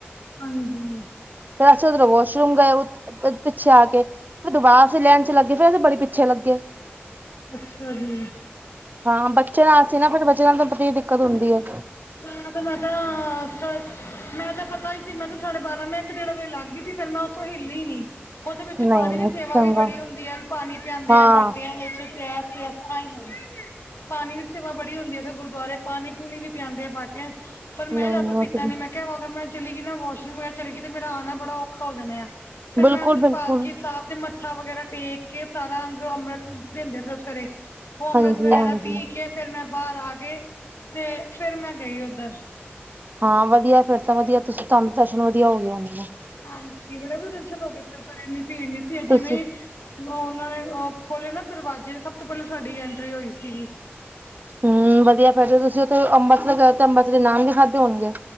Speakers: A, on the left (about 80°); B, on the right (about 45°).
A: ਹਾਂਜੀ
B: ਫੇਰ ਅਸੀ, ਉਧਰੋਂ ਵਾਸ਼ਰੂਮ ਗਏ, ਪਿੱਛੇ ਆ ਕੇ ਫਿਰ ਦੁਬਾਰਾ, ਅਸੀਂ ਲੈਣ ਚ ਲੱਗੇ, ਫੇਰ ਅਸੀਂ ਬੜੀ ਪਿੱਛੇ ਲੱਗੇ
A: ਅੱਛਾ, ਜੀ।
B: ਹਾਂ ਬੱਚੇ ਨਾਲ ਸੀ। ਨਾ ਫਿਰ ਬੱਚੇ ਨਾਲ ਤਾਂ ਕਿਨੀ, ਦਿੱਕਤ ਹੁੰਦੀ ਏ
A: ਨਾ <inaudible> ਮੈ ਤਾਂ ਮੈਂ ਕਿਹਾ ਮੈਂ ਤਾਂ ਪਤਾ ਹੀ ਸੀ ਮੈਂ ਤਾਂ ਸਾਡੇ ਬਾਰਾਂ, ਮੈਂ ਇੱਕ ਡੇਢ ਵਜੇ, ਲੱਗ ਗਈ ਸੀ। ਫੇਿਰ ਮੈਂ ਉੱਥੋਂ ਹਿੱਲੀ ਹੀ ਨਈ ਉਹਦੇ ਵਿੱਚ,
B: ਨਹੀਂ
A: ਪਾਣੀ ਦੀ ਸੇਵਾ
B: ਚੰਗਾ
A: ਵੀ, ਬੜੀ ਹੁੰਦੀ ਆ ਪਾਣੀ ਪਿਆਂਦੇ
B: ਹਾਂ
A: ਹੈ ਬਾਟਿਆਂ ਵਿੱਚ, ਪਿਆ ਆਈ ਹਾਂ, ਪਾਣੀ ਦੀ ਸੇਵਾ ਬੜੀ ਹੁੰਦੀ ਹੈ, ਉੱਥੇ ਗੁਰਦੁਆਰੇ, ਪਾਣੀ ਪੂਣੀ ਵੀ ਪਿਆਉਂਦੇ ਆ, ਬਟਾਈ ਪਰ ਮੈਂ
B: ਨਹੀਂ
A: ਜਾਂ ਤ ਪੀਤਾ ਨ, ਮੈਂ ਕਿਹਾ ਅਗਰ ਮੈਂ ਚਲੀ ਗੀ ਨਾ ਵਾਸਰੋਮ, ਮੈ ਚੱਲੀ ਗਈ ਤੇ ਮੇਰਾ ਆਣਾ, ਬੜਾ ਹੋ, ਜਾਂਣੇ ਆ, ਫੇਿਰ
B: ਬਿਲਕੁਲ
A: ਮੈਂ ਅੰਦਰਪਾਲਕੀ
B: ਬਿਲਕੁਲ
A: ਸਾਬ ਤੇ, ਮੱਥਾ ਵਗੈਰਾ ਟੇਕ ਕੇ, ਸਾਰਾ ਅੰਦਰੋਂ ਅੰਮ੍ਰਿਤ ਦਿੰਦੇ, ਆ ਸਵੇਰੇ ਅੰਮ੍ਰਿਤ
B: ਹਾਂਜੀ
A: ਵਗੈਰਾ
B: ਹਾਂਜੀ
A: ਪੀ ਕੇ, ਫਿਰ ਮੈਂ ਬਾਹਰ ਆ ਕੇ, ਤੇ ਫਿਰ ਮੈਂ ਗਈ ਉੱਧਰ
B: ਹਾਂ ਵਧੀਆ, ਫੇਿਰ ਤਾਂ ਵਧੀਆ, ਤੁਹਾਨੂੰ ਦਰਸ਼ਨ ਵਧੀਆ ਹੋ ਗਏ, ਆਦੇ
A: ਹਾਂਜੀ, ਬੜੇ ਵਧੀਆ, ਦਰਸਨ ਹੋ ਗਏ, ਉਸ ਟਾਈਮ ਇੰਨੀ ਭੀੜ ਨਈ ਸੀ।
B: ਤੁਸੀਂ
A: ਜਿਵੇਂ ਉਹਨਾਂ ਨੇ ਖੋਲੇ ਨਾ ਦਰਵਾਜ਼ੇ ਸਭ ਤੋਂ ਪਹਿਲੇ ਸਾਡੀ ਐਂਟਰੀ ਹੋਈ ਸੀਗੀ।
B: ਹਮ ਵਧੀਆ ਤੁਸੀਂ ਉੱਥੇ ਅੰਮ੍ਰਿਤਸਰ ਅੰਮ੍ਰਿਤਸਰ ਦੇ ਨਾਨ ਵੀ ਖਾਧੇ ਹੋਣਗੇ।